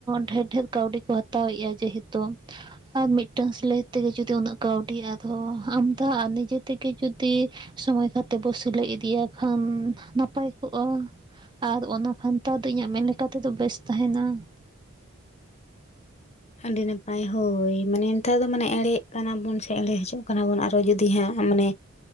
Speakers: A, on the right; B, on the left.
A: ᱰᱷᱮᱨ ᱰᱷᱮᱨ ᱠᱟᱹᱣᱰᱤ ᱠᱚ ᱦᱟ ᱛᱟᱣᱮᱜᱼᱟ ᱡᱮᱦᱮᱛᱩ ᱟᱨ ᱢᱤᱫᱴᱟᱝ ᱥᱤᱞᱟᱹᱭ ᱛᱮᱜᱮ ᱡᱩᱫᱤ ᱩᱱᱟᱹᱜ ᱠᱟᱹᱣᱰᱤ ᱟᱫᱷᱚᱸ ᱟᱢᱫᱟ ᱟᱨ ᱱᱤᱡᱮ ᱛᱮᱜᱮ ᱡᱩᱫᱤ ᱥᱚᱢᱚᱭ ᱠᱟᱛᱮ ᱵᱚ ᱥᱟᱹᱞᱟᱹᱭ ᱤᱫᱤᱭᱟ ᱠᱷᱟᱱ ᱱᱟᱯᱟᱭ ᱠᱚᱜᱼᱟ ᱾ ᱟᱨ ᱚᱱᱟ ᱠᱷᱟᱱᱛᱟ ᱫᱚ ᱤᱧᱟᱹᱜ ᱢᱮᱱ ᱞᱮᱠᱟ ᱛᱮᱫᱚ ᱵᱮᱥ ᱛᱟᱦᱮᱱᱟ ᱾
B: ᱟᱹᱰᱤ ᱱᱟᱯᱟᱭ ᱦᱳᱭ, ᱢᱟᱱᱮ ᱱᱮᱛᱟᱨ ᱫᱚ ᱢᱟᱱᱮ ᱮᱲᱮᱜ ᱠᱟᱱᱟ ᱵᱚᱱ ᱥᱮ ᱮᱲᱮ ᱦᱚᱪᱚᱜ ᱠᱟᱱᱟ ᱵᱚᱱ ᱟᱨᱚ ᱡᱩᱫᱤ ᱦᱟᱸᱜ ᱢᱟᱱᱮ